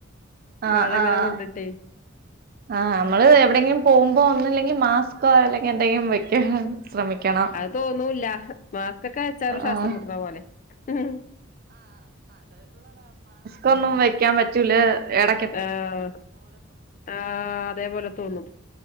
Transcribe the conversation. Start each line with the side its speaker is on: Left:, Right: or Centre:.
Right: അ
Left: മഴ
Right: ആഹ്
Left: ഇങ്ങനെ
Right: ആഹ.
Left: കൊണ്ടിട്ടേ
Right: ആഹ്, നമ്മള് എവിടെങ്കിലും പോകുമ്പോ, ഒന്നല്ലെങ്കിൽ മാസ്കോ അല്ലെങ്കിൽ എന്തെങ്കിലും വെക്കണം. ശ്രമിക്കണം.
Left: തോന്നൂല്ല. മാസ്ക്കൊക്കെ വെച്ചാലും ശ്വാസം
Right: ആഹ്
Left: മുട്ടുന്ന പോലെ. ഉം..
Right: തൊന്നും വെക്കാൻ പറ്റൂല, എട
Left: ആഹ, ആ അതേപോലെ തോന്നും.